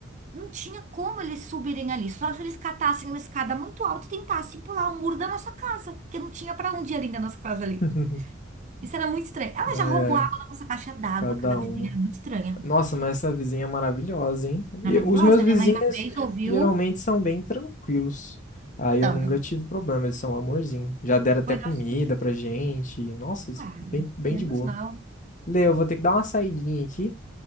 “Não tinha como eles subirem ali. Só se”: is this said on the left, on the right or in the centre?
Right